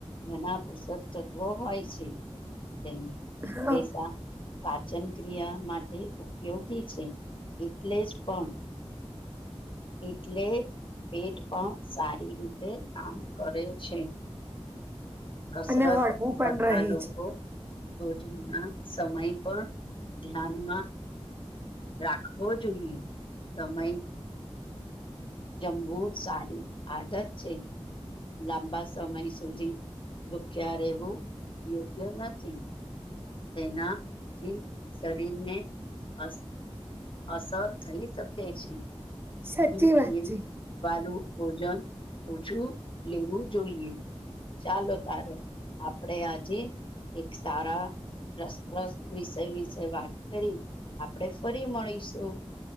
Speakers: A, on the left; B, on the right.
A: ઘના પુસ્તક તત્વો હોય છે તે
B: હા
A: રસા પાચન ક્રિયા માટે ઉપયોગી છે એટલે જ પણ એટલે પેટ પણ સારી રીતે કામ કરે છે કસરત
B: અને હળવું
A: કરતા
B: પણ રહે
A: લોકો
B: છે.
A: ભોજનના સમય પણ ધ્યાનમાં. રાખવો જોઈએ સમય. જંબુર સારી આદત છે. લાંબા સમય સુધી ભૂખ્યા રહેવું યોગ્ય નથી. તેનાથી શરીરને અ. અસર થઈ શકે છે
B: સાચી વાત
A: તેલ
B: છે
A: વાલું. ભોજન ઓછું લેવું જોઈએ ચાલો તારે આપડે આજે એક સારા રસપ્રસ વિષય વિષય વાત કરી આપણેે ફરી મળીશું